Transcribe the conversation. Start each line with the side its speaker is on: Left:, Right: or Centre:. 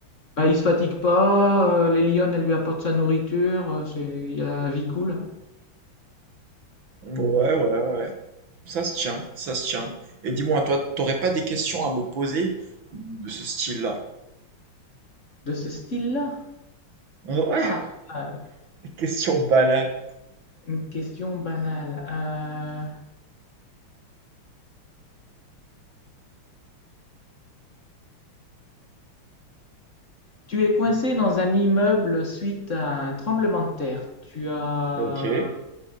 Left: Bah, il se fatigue pas, euh, les lionnes, elles lui apportent sa nourriture, euh, c'est, il a la vie cool. hein.
Right: Ouais, ouais, ouais. Ça se tient, ça se tient. Et dis-moi, toi, t'aurais pas des questions à me poser de ce style-là?
Left: De ce style-là?
Right: Ouais,
Left: Ah, euh,
Right: des questions banales.
Left: une question banale. Euh, tu es coincé dans un immeuble suite à un tremblement de terre. Tu as...
Right: Ok.